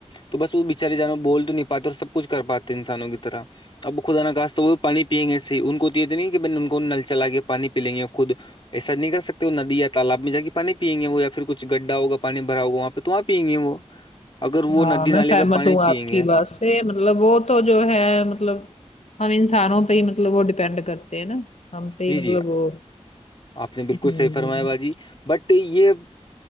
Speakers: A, on the left; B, on the left.
A: تو بس وہ بےچارے جانور بول تو نہیں پاتے اور سب کچھ کر پاتے انسانوں کی طرح اب خدا ن کہا تو وہ بھی پانی پئیں گے صح ان کو تو یہ تو نہیں کہ ب ان کو نل چلا کے پانی پی لیں گے خود ایسا نہیں کر سکتے وہ ند تالاب میں جا کے پانی پئ گے وہ یا پھر کچھ گڈھا ہوگا پانی بھرا ہوگا وہاں پہ تو وہاں پئیں گے وہ اگر وہ
B: ہاں
A: ندی
B: میں
A: نالے
B: سہمت
A: کا پانی
B: ہوں
A: پیئیں
B: آپ کی
A: گے
B: بات سے مطلب وہ تو جو ہے مطلب ہم انسانوں پہ ہی مطلب وہ ڈیپینڈ کر نا ہم پہ ہی
A: جی جی
B: مطلب وہ
A: آپ نے بالکل
B: ہ
A: صحیح فرمایا باجی
B: <inaudible>
A: بٹ یہ <inaudible>